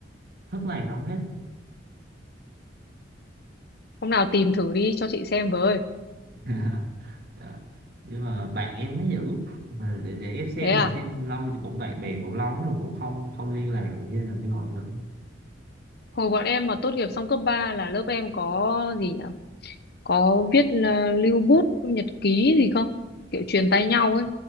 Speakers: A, on the right; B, on the left.
A: thất lạc đâu hết
B: hôm nào tìm thử đi cho chị xem với
A: <laughs> Dạ. nhưng mà bạn em nó giữ Mà để, để em xem
B: thế à
A: thử xem lâu thì cũng bạn bè cũng lâu lắm rồi cũng không không liên lạc được hay là mới hỏi thử
B: hồi bọn em mà tốt nghiệp xong cấp 3 là lớp em có gì nhỉ có viết là lưu bút nhật ký gì không kiểu truyền tay nhau ấy